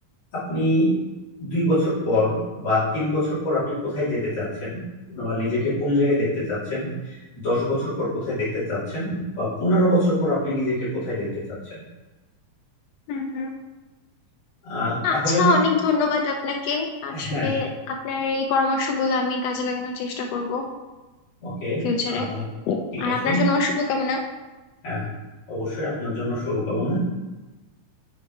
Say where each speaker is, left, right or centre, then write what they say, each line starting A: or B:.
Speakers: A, on the left; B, on the left.
A: আপনি দুই বছর পর বা তিন বছর পর আপনি কোথায় যেতে চাচ্ছেন বা নিজেকে কোন জায়গায় দেখতে চাচ্ছেন দশ বছর পর কোথায় দেখতে চাচ্ছেন বা পনেরো বছর পর আপনি নিজেকে কোথায় দেখতে চাচ্ছেন
B: হুম হুম
A: আহ, তাহলে
B: আচ্ছা
A: দেখ-
B: অনেক ধন্যবাদ আপনাকে আসলে
A: হ্যাঁ
B: আপনার এই পরামর্শগুলো আমি কাজে লাগানোর চেষ্টা করব
A: ওকে
B: ফিউচারে
A: আহ, ঠিক
B: আর
A: আছে
B: আপনার জন্য শুভকামনা
A: হ্যাঁ অবশ্যই আপনার জন্য শুভকামনা